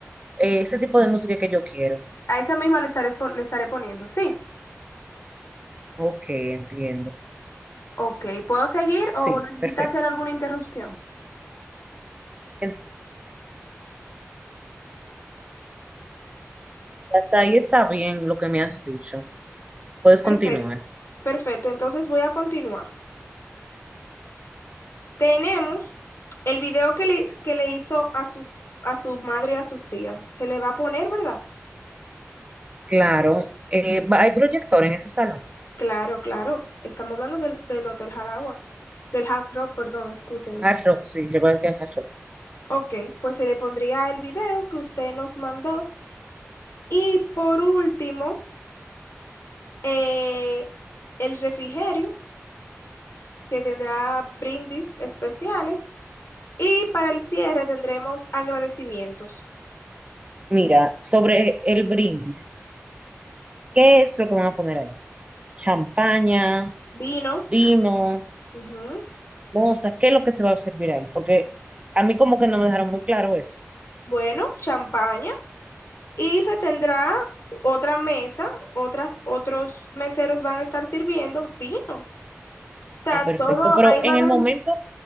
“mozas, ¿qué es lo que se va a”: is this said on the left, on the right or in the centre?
Right